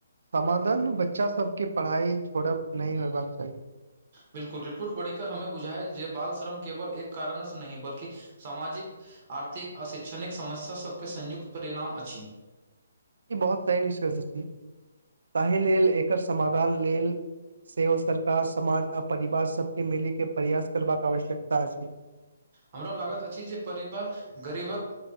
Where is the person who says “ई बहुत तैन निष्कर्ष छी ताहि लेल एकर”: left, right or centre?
Right